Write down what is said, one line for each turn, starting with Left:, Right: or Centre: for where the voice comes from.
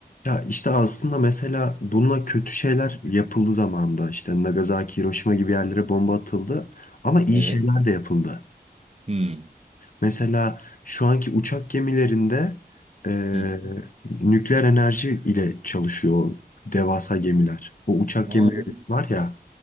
Left: Ya işte aslında mesela bununla kötü şeyler yapıldı zamanında. İşte Nagasaki, Hiroşima gibi yerlere bomba atıldı. Ama iyi
Right: Evet.
Left: şeyler de yapıldı.
Right: Hmm.
Left: Mesela şu anki uçak gemilerinde e,
Right: Hı hı.
Left: nükleer enerji ile çalışıyor o devasa gemiler. O uçak
Right: Aa,
Left: gemileri
Right: bu,
Left: var ya,